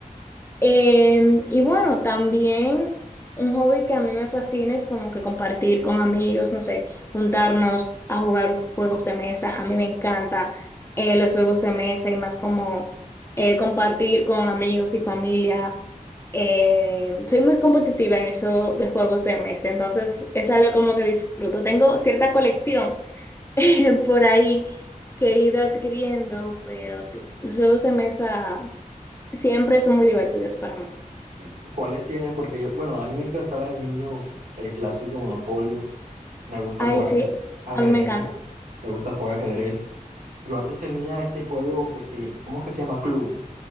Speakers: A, on the left (about 20°); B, on the right (about 70°).
A: Em, y bueno, también un hobby que a mí me fascina es como que compartir con amigos, no sé, juntarnos a jugar juegos de mesa. A mí me encanta eh, los juegos de mesa y más como eh, compartir con amigos y familia. Eh, soy muy competitiva en eso de juegos de mesa, entonces es algo como que disfruto. Tengo cierta colección <laughs> por ahí que he ido adquiriendo, pero sí, los juegos de mesa siempre son muy divertidos para mí.
B: Sí. ¿cuáles tienes? Porque yo, bueno, a mí me encantaba de niño el clásico Monopolio. Me gusta
A: Ay,
B: jugar
A: sí,
B: aje- ajedrez.
A: a mí me encanta.
B: Me gusta jugar ajedrez. Yo antes tenía este juego que se, ¿cómo es que se llama? Club.